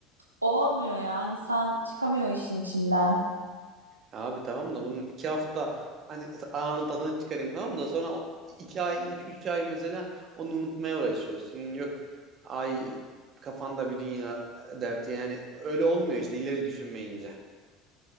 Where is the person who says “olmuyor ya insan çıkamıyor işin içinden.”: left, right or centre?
Right